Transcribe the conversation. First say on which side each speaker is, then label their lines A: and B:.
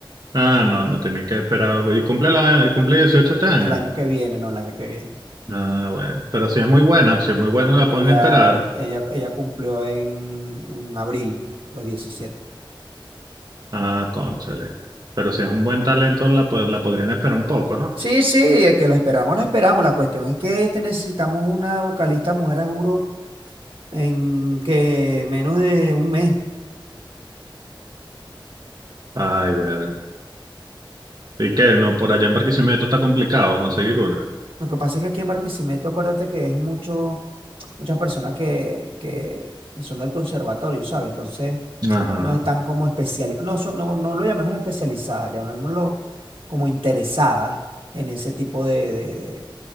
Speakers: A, on the right; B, on the right.
A: Ah, no, no tiene que esperar. ¿Y cumple, la, cumple 18 este año?
B: el año que viene, no el año que viene,
A: Ah, bueno. Pero si es muy buena, si es muy buena,
B: porque
A: la pueden
B: ya
A: esperar.
B: ella, ella cumplió en, en abril los diecisiete
A: Ah, cónchale. Pero si es un buen talento, la, po- la podrían esperar un poco, ¿no?
B: Sí, sí, eh, que la esperamos, la esperamos. La cuestión es que te necesitamos una vocalista mujer, a juro, en que menos de un mes.
A: Ay, verga. ¿Y qué? No, por allá en Barquisimeto está complicado conseguir una.
B: Lo que pasa es que aquí en Barquisimeto, acuérdate que hay mucho, muchas personas que, que son del conservatorio, ¿sabes? Entonces,
A: Ajá,
B: no están como especializadas, no, son- no, no lo llamemos especializadas, llamémoslo como interesadas en ese tipo de, de- de-